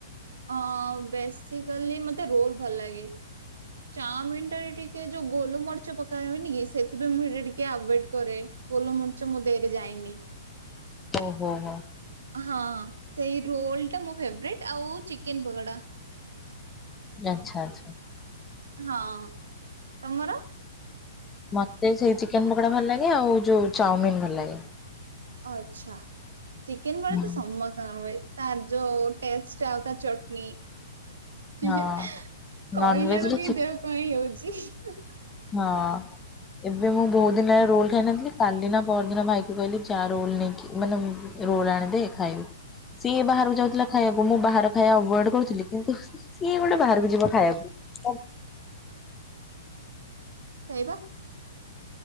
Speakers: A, on the right (about 65°); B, on the left (about 15°).
A: ହଁ ବେସିକାଲି ମତେ ରୋଲ ଭଲ ଲାଗେ। ଚାଓମିନ ଟା ରେ ଟିକେ ଯୋଉ ଗୋଲ ମରିଚ ପକା ହୁଏନି କି ସେଥିପାଇଁ ମୁଁ ସେଇଟା ଟିକେ ଆଭଏଡ କରେ। ଗୋଲୁ ମରିଚ ମୋ ଦେହରେ ଯାଏନି।
B: ଓହୋ ହୋ।
A: ହଁ ସେଇ ରୋଲ ଟା ମୋ ଫେବରଟ୍ ଆଉ, ଚିକେନ, ପକୋଡା।
B: ଆଚ୍ଛା ଆଛା।
A: ହଁ ତମର।
B: ମତେ ସେଇ ଚିକେନ ପକୋଡା ଭଲ ଲାଗେ ଆଉ ଯୋଉ ଚାଉମିିନ ଭଲ ଲାଗେ।
A: ଆଚ୍ଛା ଚିକେନ ପୋକଡ଼ା
B: ହୁଁ
A: ତ ସମସ୍ ସ୍ତ ଙ୍କର ହୁଏ ତାର ଯୋଉ ଟେଷ୍ଟ ଆଉ ତା ଚଟଣି। ହିଁ
B: ହଁ।
A: ହେଁ
B: ନନଭେଜରେ
A: କହିଲା ବେଳୁକୁ
B: ଚିକ୍
A: ହିଁ ଦେହ କଁ ହେଇ ଯାଉଛି।
B: ହଁ। ଏବେ ମୁଁ ବହୁତ ଦିନ ହେଲା ରୋଲ ଖାଇ ନଥିଲି କାଲି ନା ପରଦିନ ଭାଇ କି କହିଲି ଯା ରୋଲ ନେଇକି ମାନେ। ରୋଲ ଆଣିଦେ ଖାଇବି ସିଏ ବାହାରକୁ ଯାଉଥିଲା ଖାଇବାକୁ ମୁଁ ବାହାର ଖାଇବା ଆଭଏଡ କରୁଥିଲି କିନ୍ତୁ। ସିଏ ଗୋଟେ ବାହାରକୁ ଯିବ ଖାଇବାକୁ।
A: ସେଇଟା।